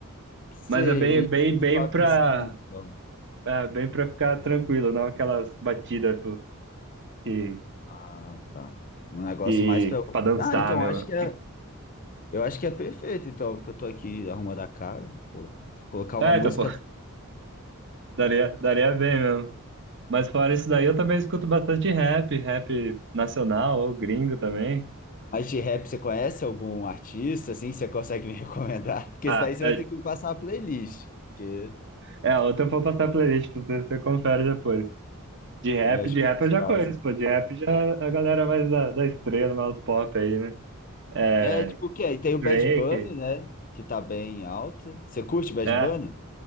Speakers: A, on the left; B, on the right.
A: Sei,
B: mas é bem,
A: um indie
B: bem,
A: mais
B: bem
A: suavezinho.
B: pra,
A: então.
B: é bem pra ficar tranquilo, não aquelas batidas pô, que,
A: Ah, tá. Um negócio
B: que,
A: mais pra.
B: pra dançar
A: Ah, então
B: mesmo.
A: acho que é. Eu acho que é perfeito, então, porque eu tô aqui arrumando a casa, pô. Se eu colocar
B: É,
A: uma música.
B: tá, pô, daria, daria bem mesmo. Mas fora isso daí, eu também escuto bastante rap, rap nacional ou gringo também.
A: Mas de rap, você conhece algum artista, assim, que você consegue me <laughs> recomendar? Porque
B: Ah,
A: isso daí você
B: é,
A: vai ter que me passar a playlist, porque
B: é outra eu vou passar a playlist pra você, você confere depois. De rap,
A: eu acho
B: de
A: que
B: rap
A: é mais
B: eu já
A: fácil.
B: conheço, pô. De rap já é a galera mais da, da estrela, mais pop aí, né? É,
A: É, tipo, o quê? E tem o
B: Drake,
A: Bad Bunny, né? Que tá bem alto. Você curte Bad
B: é,
A: Bunny?